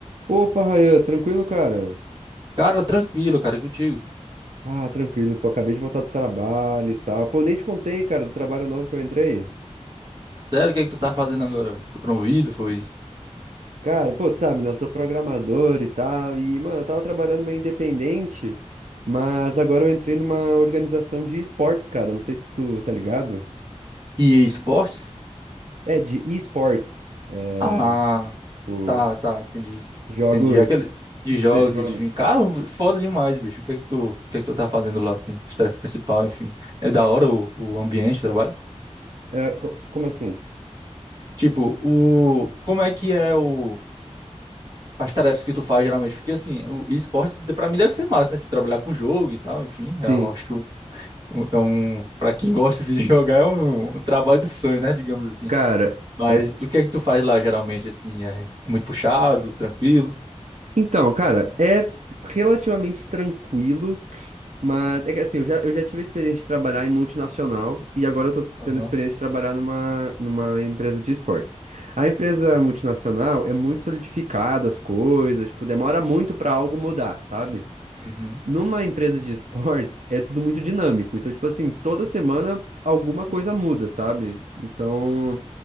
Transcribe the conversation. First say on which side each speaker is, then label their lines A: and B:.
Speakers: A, on the right (about 80°); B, on the right (about 35°).
A: Opa, Rayan, tranquilo, cara?
B: Cara, tranquilo, cara, e contigo.
A: Ah, tranquilo, pô, acabei de voltar do trabalho e tal. Pô, nem te contei, cara, do trabalho novo que eu entrei.
B: Sério, o que é que tu tá fazendo agora? velho? Foi promovido? Foi
A: Cara, pô, tu sabe, né? Eu sou programador e tal, e, mano, eu tava trabalhando meio independente, mas agora eu entrei numa organização de esportes, cara. Não sei se tu tá ligado.
B: EA Sports?
A: É, de esportes, é,
B: Ah,
A: o-
B: tá, tá, entendi.
A: jogos
B: Entendi. É Aquele de jogos,
A: eletrônicos.
B: enfim. Cara, foda demais, bicho. O que é que tu, o que é que tu tá fazendo lá, assim? As tarefas principal, enfim. É da hora o, o ambiente, o trabalho?
A: É, co- como assim?
B: Tipo, o... Como é que é o... As tarefas que tu faz geralmente, porque assim, o esporte pra mim deve ser massa, né? Tipo, trabalhar com jogo e tal, enfim. Eu
A: Sim,
B: acho que o- o- é um, para quem gosta assim, de <laughs> jogar, é um, um trabalho do sonho, né? Digamos assim.
A: cara,
B: Mas
A: é, tipo-
B: o que é que tu faz lá geralmente, assim? É, é muito puxado, tranquilo?
A: então, cara, é relativamente tranquilo. Mas é que assim, eu já, eu já tive a experiência de trabalhar em multinacional e agora eu tô tendo
B: Aham,
A: a experiência de trabalhar numa, numa empresa de esportes. A empresa multinacional é muito solidificada as coisas, tipo, demora muito pra algo mudar, sabe?
B: uhum,
A: Numa empresa de esportes é tudo muito dinâmico. Então, tipo assim, toda semana alguma coisa muda, sabe? Então,